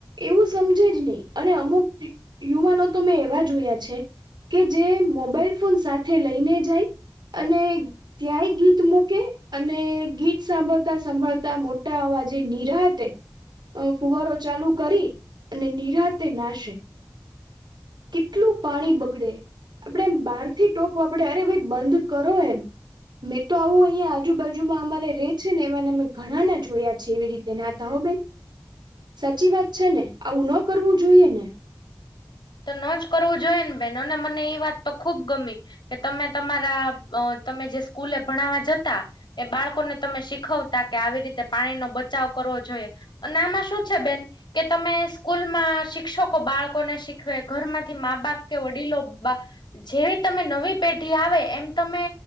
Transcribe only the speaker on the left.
તો નજ કરવું જોઈએ ને બેન અને મને એ વાત તો ખુબ ગમી. કે તમે તમારા તમે જે સ્કૂલે ભણાવવા જતા એ બાળકોને તમે શીખવ તા કે આવી રીતે પાણીનો બચાવ કરવો જોઈએ. અને આમાં શું છે બેન કે તમે સ્કૂલમાં શિક્ષકો બાળકોને શી ઘરમાંથી મા બાપ કે વડીલો બા જેવી તમે નવી પેઢી આવે એમ તમે